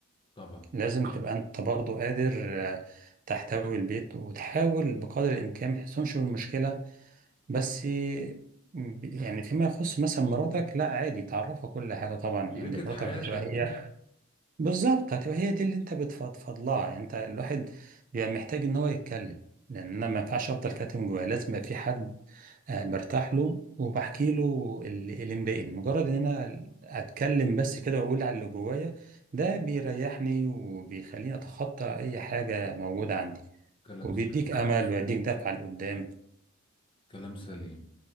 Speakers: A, on the left; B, on the right.
A: طبعا
B: لازم تبقى انت برضو قادر آه، تحتوي البيت وتحاول بقدر الامكان ما تحسنش بالمشكله بس ب- يعني فيما يخص مثلا مراتك لا عادي تعرفها كل حاجه طبعا ان
A: شريكة
B: مراتك
A: حياتك
B: هتبقى هي
A: دي
B: بالظبط هتبقى هي دي اللي انت بتفضفض لها يعني انت الواحد بيبقى محتاج ان هو يتكلم لان انا ما ينفعش افضل كاتم جوايا لازم يبقى في حد آه، برتاح له وبحكي له اللي اللي مضايقني مجرد ان انا اتكلم بس كده واقول على اللي جوايا ده بيريحني وبيخليني اتخطى اي حاجة موجودة عندي
A: كلام
B: وبيديك
A: سليم
B: امل ويديك دفعة لقدام
A: كلام سليم